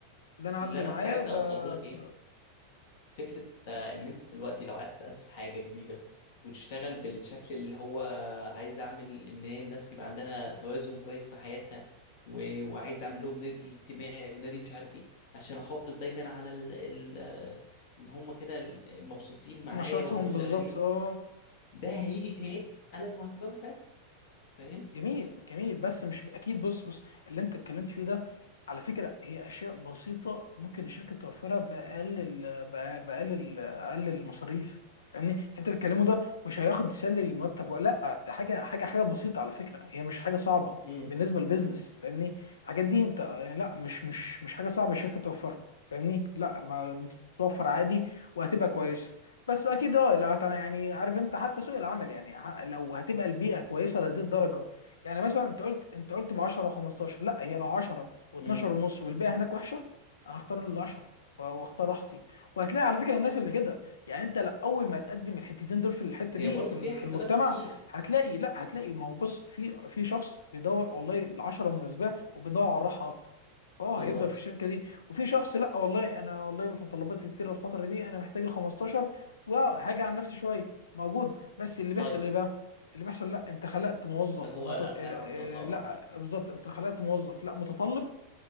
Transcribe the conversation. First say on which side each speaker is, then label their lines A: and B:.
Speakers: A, on the left; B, on the left.
A: اللي انا عبد
B: اللي انا
A: معايا
B: كنت عايز
A: ب...
B: اوصله لك ايه
A: ب-
B: فكرة آه، إن أنت دلوقتي لو عايز تأسس حاجة جديدة وتشتغل بالشكل اللي هو عايز أعمل إن هي الناس يبقى عندها توازن كويس في حياتها و... وعايز أعمل لهم نادي اجتماعي ونادي مش عارف إيه عشان أحافظ دايما على ال... ال... آه، إن هم كده ال- مبسوطين معايا
A: نشاطهم
B: وهم شغالين
A: بالظبط اه
B: ده هيجي تاني على المرتبات بتاعتهم فاهم؟
A: جميل جميل بس مش اكيد بص بص اللي انت اتكلمت فيه ده على فكره هي اشياء بسيطه ممكن الشركه توفرها باقل ال- بأ- باقل ال- اقل المصاريف يعني انت بتتكلمه ده مش هياخد سالري مرتب ولا لا ده حاجه حاجه حاجه بسيطه على فكره هي مش حاجه صعبه
B: امم
A: بالنسبه للبيزنس فاهمني الحاجات دي انت لا مش مش مش حاجه صعبه الشركه توفرها فاهمني لا ما بتتوفر عادي وهتبقى كويسه بس اكيد اه لو هت- يعني عارف انت حتى سوق العمل يعني ه- لو هتبقى البيئه كويسه لهذه الدرجه يعني مثلا انت قلت انت قلت ب 10 و15 لا هي لو 10 و12
B: امم
A: ونص والباقي هناك وحشه انا هختار ال 10 و- واختار راحتي وهتلاقي على فكره الناس اللي كده يعني انت لا اول ما تقدم الحتتين دول في الحته
B: هي
A: دي
B: برضو
A: في ال-
B: فيها
A: في
B: حسابات
A: المجتمع
B: كتير
A: هتلاقي لا هتلاقي ما هو بص في في شخص بيدور والله ال 10 مناسباه وبيدور على الراحه اكتر اه
B: بالظبط
A: هيفضل في الشركه دي وفي شخص لا والله انا والله متطلباتي كتيره الفتره دي انا محتاج ال 15 وهاجي عن نفسي شويه موجود بس اللي بيحصل
B: طيب
A: ايه بقى اللي بيحصل لا انت خلقت موظف
B: اللي هو
A: مت...
B: لا
A: آه،
B: فعلا
A: آه،
B: بتبقى صعبة
A: لا بالظبط انت خلقت موظف لا متطلب